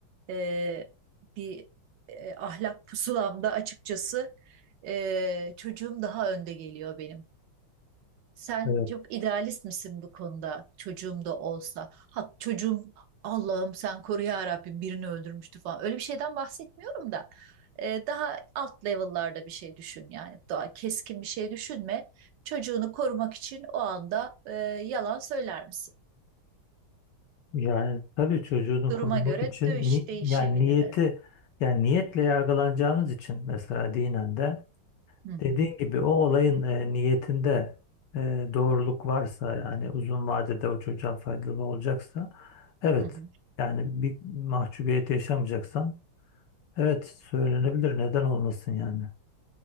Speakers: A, on the right; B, on the left.
A: e, bir e, ahlak pusulamda açıkçası e, çocuğum daha önde geliyor benim. Sen
B: Evet.
A: yok idealist misin bu konuda çocuğum da olsa? Ha, çocuğum Allah'ım sen koru ya Rabbim birini öldürmüştü falan. Öyle bir şeyden bahsetmiyorum da e, daha alt level'larda bir şey düşün yani. Daha keskin bir şey düşünme. Çocuğunu korumak için o anda e, yalan söyler misin?
B: Yani tabii çocuğunu
A: Duruma
B: korumak
A: göre
B: için
A: dövüş
B: ni-
A: değişebilir.
B: yani niyeti
A: Evet.
B: yani niyetle yargılanacağımız için mesela dinen de
A: Hı hı,
B: dediğin gibi o olayın e, niyetinde e, doğruluk varsa yani uzun vadede o çocuğa faydalı olacaksa evet
A: hı hı.
B: yani bir mahcubiyet yaşamayacaksan Evet söylenebilir. Neden olmasın yani?